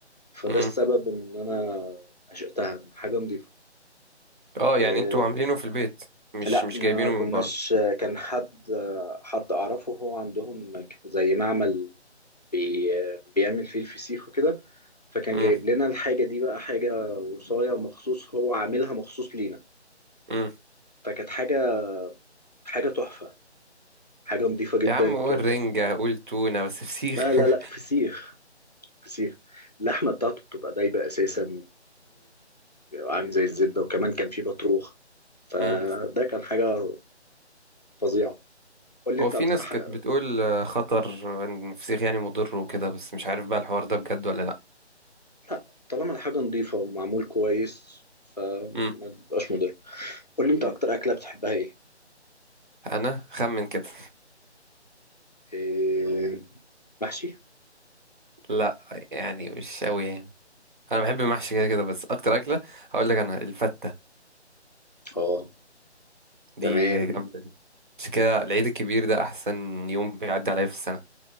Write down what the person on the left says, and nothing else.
فده
السبب ان انا عشقتها إن حاجه نظيفه
إيه
لا
ما
كناش
كان حد حد اعرفه هو عندهم زي معمل بي بيعمل فيه الفسيخ وكده فكان
جايب لنا الحاجه دي بقى حاجه وصايه مخصوص هو عاملها مخصوص لينا
فكانت حاجه حاجه تحفه حاجه نظيفه جدا
كان
لا لا لا
فسيخ فسيخ اللحمه بتاعته بتبقى دايبه اساسا عامل زي الزبده وكمان كان فيه بطروخ فده
كان حاجه فظيعه قول لي
انت
اكتر
حاجه
لا طالما الحاجه نظيفه ومعمول كويس فما
بيبقاش مضر قول لي انت
اكتر اكله بتحبها ايه
إيه، محشي
اه
تمام